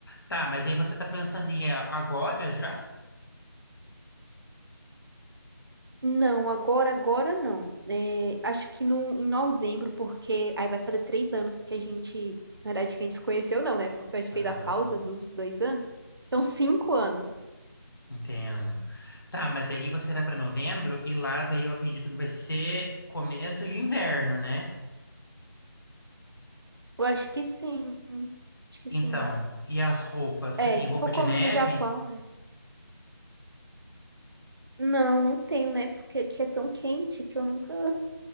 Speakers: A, on the left; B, on the right.
A: Tá, mas aí você tá pensando em ir agora já?
B: Não, agora, agora não. É, acho que no, em novembro, porque aí vai fazer três anos que a gente, na verdade, que a gente se conheceu, não, né? Porque a gente
A: Aham.
B: fez a pausa dos dois anos. Então, cinco anos.
A: Entendo. Tá, mas daí você vai para novembro e lá daí eu acredito que vai ser começo de inverno, né?
B: Eu acho que sim. Acho que
A: Então,
B: sim.
A: e as roupas? Você tem
B: É, se
A: roupa
B: for
A: de
B: como
A: neve?
B: no Japão, é. Não, não tenho, né? Porque aqui é tão quente que eu nunca